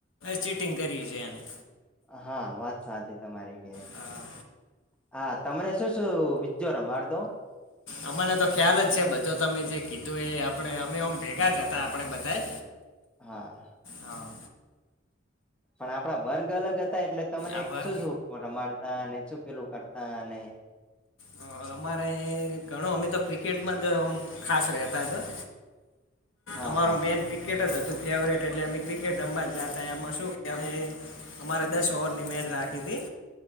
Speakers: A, on the left (about 70°); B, in the centre.
A: ચિટિંગ કરી છે આને.
B: હા વાત સાચી તમારી ક્યા
A: હા.
B: હા તમને શું શું વિજોરા માર દો?
A: અમાને તો ખ્યાલ જ છે, બધું તમે જે કીધું એ આપણે અમેમ ભેગા જ હતા આપણે બધા.
B: હા.
A: હા.
B: પણ આપણા વર્ગ અલગ હતા, એટલે તમને
A: આભાર
B: શું શું માણતા અને શું પેલું કરતા અને?
A: હ અમારે ઘણો અમે તો ક્રિકેટમાં જ ખાસ રેતા હતા.
B: હા
A: અમારો
B: હા
A: મેન ક્રિકેટ જ હતું, ફેવરિટ એટલે અમે ક્રિકેટ એમાં શું કે અમે અમારે દસ ઓવરની મેચ રાખી હતી,